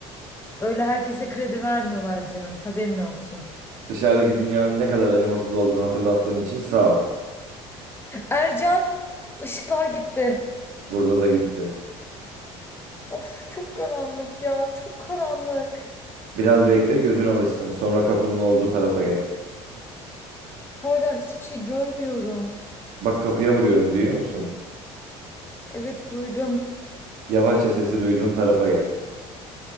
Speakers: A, on the left (about 15°); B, on the right (about 65°).
A: Öyle herkese kredi vermiyorlar canım, haberin olsun.
B: Dışarıdaki dünyanın ne kadar acımasız olduğunu hatırlattığın için sağ ol.
A: Ercan, ışıklar gitti.
B: Burada da gitti.
A: Of çok karanlık ya, çok karanlık.
B: Biraz bekle gözün alışsın. Sonra kapının olduğu tarafa gel.
A: Hala hiçbir şey görmüyorum.
B: Bak kapıya vuruyorum duyuyor musun?
A: Evet duydum.
B: Yavaşça sesi duyduğun tarafa gel.